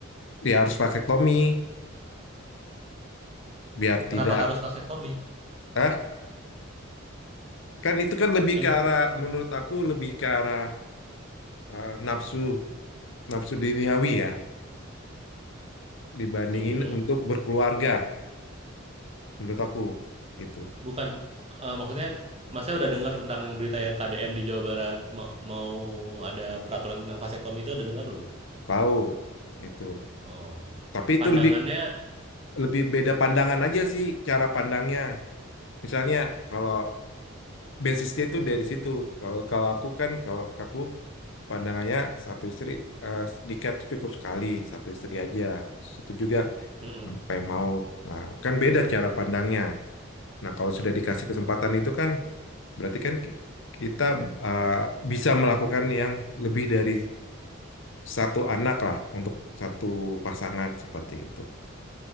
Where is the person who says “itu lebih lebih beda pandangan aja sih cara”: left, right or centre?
Left